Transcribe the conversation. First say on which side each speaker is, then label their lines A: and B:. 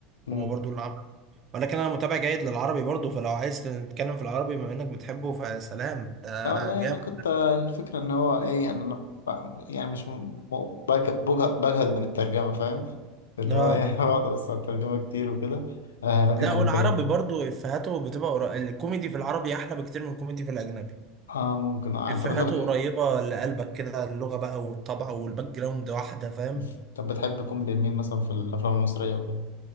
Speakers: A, on the left; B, on the right.
A: مم.
B: هو برضو اللي عمله ولكن انا متابع جيد للعربي برضو فلو عايز نتكلم في العربي بما انك بتحبه فسلام ده
A: لا والله
B: جامد
A: أنا كنت آه، الفكرة إن هو إيه يعني أنا ب- يعني مش م- م- بج- بجه- بجهد من الترجمة فاهم اللي
B: اه
A: هو إيه <laughs> بقعد أبص على الترجمة كتير وكده آه لكن
B: لا
A: يعني
B: والعربي
A: في ال...
B: برضو افهاته بتبقى قرا- الكوميدي في العربي احلى بكتير من الكوميدي في الاجنبي
A: آه ممكن آه
B: افهاته
A: طب أنت بتح...
B: قريبة لقلبك كده اللغة بقى والطبع والباك جراوند واحدة فاهم
A: <laughs> طب بتحب كوميدي مين مثلا في الأفلام المصرية